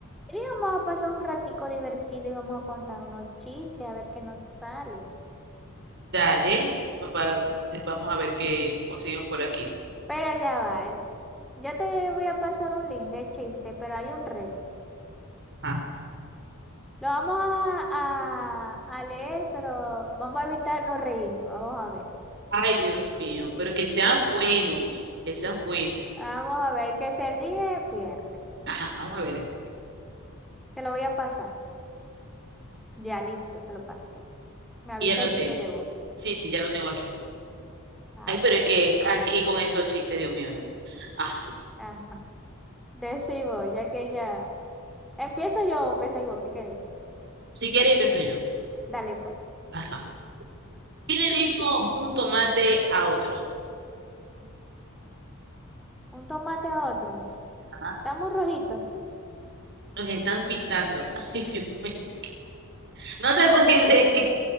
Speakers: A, in the centre; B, on the right.
A: Y vamos a pasar un ratico divertido y vamos a contar unos chistes a ver qué nos sale.
B: Dale, pues va- eh, vamos a ver qué conseguimos por aquí.
A: Pero ya va, el- yo te voy a pasar un link de chiste, pero hay un reto.
B: Ah,
A: Lo vamos a, a, a leer, pero vamos a evitar no reírnos. Vamos a ver.
B: Ay, Dios mío, pero que sean
A: El-
B: buenos, eh, que sean buenos.
A: vamos a ver, el que se ríe pierde.
B: Ajá, vamos a ver.
A: Te lo voy a pasar. Ya listo, te lo pasé. Me avisáis
B: Y ya lo
A: si
B: tengo.
A: te llegó.
B: Sí, sí, ya lo tengo aquí.
A: Ah,
B: Ay, pero
A: bueno.
B: es que aquí con estos chistes, Dios mío, no. Ajá.
A: Ajá. Decí ya que ya. Empiezo yo, pesa y vos, ¿qué queréis?
B: Si quieres, empiezo yo.
A: Dale pues.
B: Ajá. ¿Qué le dijo un tomate a otro?
A: Un tomate a otro.
B: ah,
A: Estamos rojitos.
B: Nos están pisando. <laughs> Ay, Dios mío. No te puedes reír.